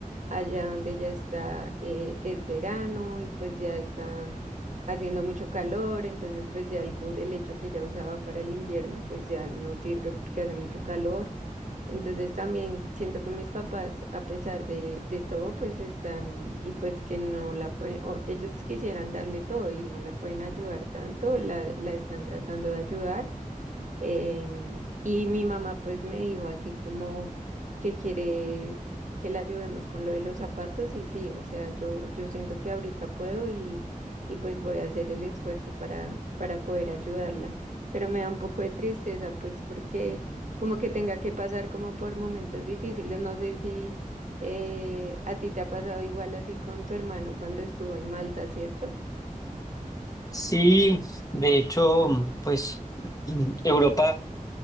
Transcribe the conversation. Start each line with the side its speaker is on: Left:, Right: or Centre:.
Right: Allá donde ya está, eh, es verano y pues ya está haciendo mucho calor, entonces pues ya el cubre, el hecho que ya usaba para el invierno, pues ya no sirve porque hace mucho calor. Entonces también siento que mis papás, a pesar de, de todo, pues están y pues que no la pueden, o ellos quisieran darle todo y no la pueden ayudar tanto, la, la están tratando de ayudar Em, y mi mamá pues me dijo así como que quiere que le ayudemos con lo de los zapatos y sí, o sea, yo, yo siento que ahorita puedo y, y pues voy a hacer el esfuerzo para, para poder ayudarla. Pero me da un poco de tristeza pues porque como que tenga que pasar como por momentos difíciles, no sé si eh, a ti te ha pasado igual así con tu hermano cuando estuvo en Malta, ¿cierto?
Left: Sí, de hecho, pues <clears throat> Europa